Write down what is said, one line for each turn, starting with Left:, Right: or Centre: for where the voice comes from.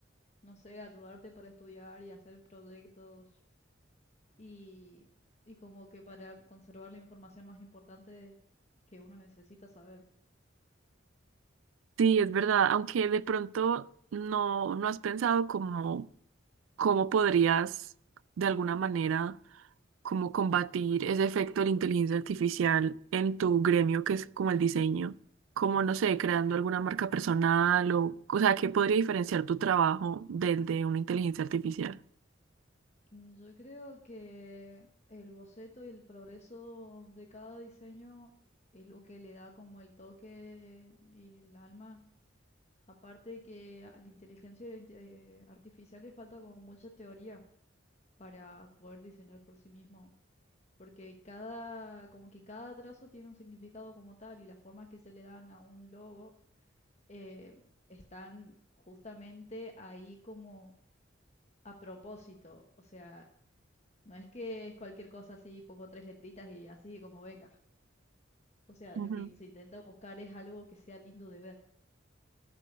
Left: no sé, ayudarte para estudiar y hacer proyectos y, y como que para conservar la información más importante que uno necesita saber.
Right: Sí, es verdad, aunque de pronto no, no has pensado cómo cómo podrías de alguna manera como combatir ese efecto de la inteligencia artificial en tu gremio, que es como el diseño, como no sé, creando alguna marca personal o, o sea, ¿qué podría diferenciar tu trabajo del de una inteligencia artificial?
Left: Mm, Yo creo que el boceto y el progreso de cada diseño es lo que le da como el toque y el alma. Aparte que a la inteligencia inte- eh, artificial le falta como mucha teoría para poder diseñar por sí mismo, porque cada, como que cada trazo tiene un significado como tal y las formas que se le dan a un logo eh, están justamente ahí como a propósito, o sea, No es que es cualquier cosa así, pongo tres letritas y así como venga. O sea,
Right: Ujú,
Left: lo que se intenta buscar es algo que sea lindo de ver.